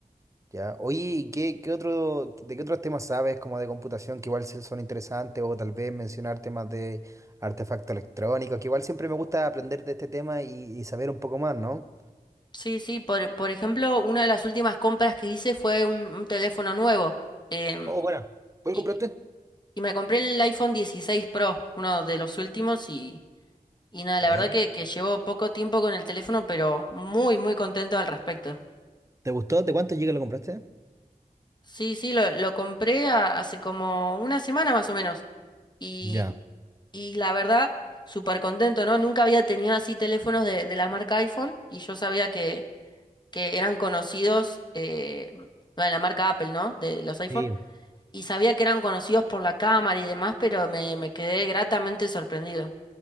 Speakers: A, on the right; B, on the left.
A: Ya. Oye, ¿y qué, qué otro, de qué otros temas sabes como de computación que igual se- son interesantes o tal vez mencionar temas de artefactos electrónicos, que igual siempre me gusta aprender de este tema y, y saber un poco más, ¿no?
B: Sí, sí, por, por ejemplo, una de las últimas compras que hice fue un, un teléfono nuevo. em,
A: Oh, bueno. ¿Cuál
B: y,
A: compraste?
B: y me compré el iPhone 16 Pro, uno de los últimos, y, y nada,
A: Bueno.
B: la verdad que, que llevo poco tiempo con el teléfono, pero muy, muy contento al respecto.
A: ¿Te gustó? ¿De cuánto llega lo compraste?
B: Sí, sí, lo, lo compré a- hace como una semana más o menos. Y,
A: Ya.
B: y la verdad, súper contento, ¿no? Nunca había tenido así teléfonos de, de la marca iPhone y yo sabía que, que eran conocidos, eh, bueno, la marca Apple, ¿no? De los iPhone
A: Sí,
B: y sabía que eran conocidos por la cámara y demás, pero me, me quedé gratamente sorprendido.